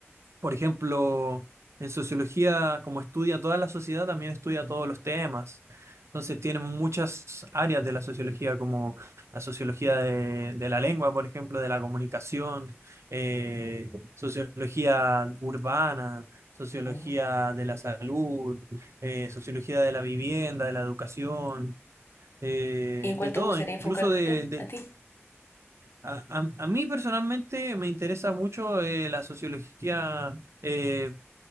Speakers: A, on the right; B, on the left.
A: Por ejemplo, en sociología, como estudia toda la sociedad, también estudia todos los temas. Entonces, tienen muchas áreas de la sociología, como la sociología de, de la lengua, por ejemplo, de la comunicación, eh, sociología urbana, sociología
B: Oh.
A: de la salud, eh, sociología de la vivienda, de la educación, eh,
B: ¿Y en
A: de
B: cuál te
A: todo,
B: gustaría
A: incluso
B: enfocarte
A: de...
B: tú,
A: de-
B: a ti?
A: a, a- a mí personalmente me interesa mucho eh, la sociología. eh,